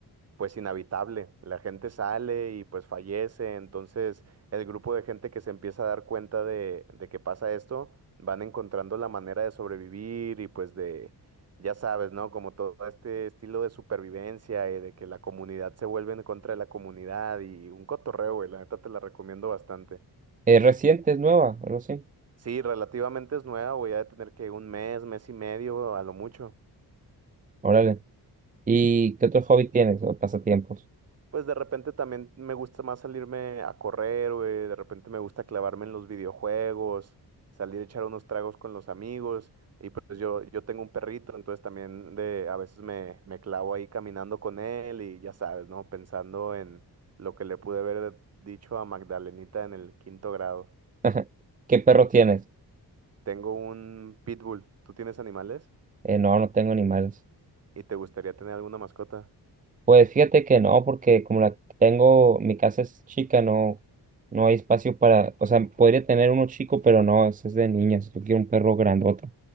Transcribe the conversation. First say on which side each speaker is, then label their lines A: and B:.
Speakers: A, on the right (about 40°); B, on the right (about 20°).
A: pues inhabitable. La gente sale y pues fallece. Entonces, el grupo de gente que se empieza a dar cuenta de, de que pasa esto, van encontrando la manera de sobrevivir y pues de, ya sabes, ¿no? Como todo este estilo de supervivencia y de que la comunidad se vuelve en contra de la comunidad y un cotorreo, güey. La neta te la recomiendo bastante.
B: ¿Es reciente? ¿Es nueva? O algo así.
A: Sí, relativamente es nueva, voy a tener que un mes, mes y medio a lo mucho.
B: Órale. ¿Y qué otro hobby tienes o pasatiempos?
A: Pues de repente también me gusta más salirme a correr, güey. De repente me gusta clavarme en los videojuegos, salir a echar unos tragos con los amigos. Y pues yo, yo tengo un perrito, entonces también de, a veces me, me clavo ahí caminando con él y ya sabes, ¿no? Pensando en lo que le pude haber dicho a Magdalenita en el quinto grado.
B: <laughs> ¿Qué perro tienes?
A: Tengo un pitbull. ¿Tú tienes animales?
B: Eh, no, no tengo animales.
A: ¿Y te gustaría tener alguna mascota?
B: Pues fíjate que no, porque como la tengo, mi casa es chica, no, no hay espacio para, o sea, podría tener uno chico, pero no, ese es de niñas. Yo quiero un perro grandote.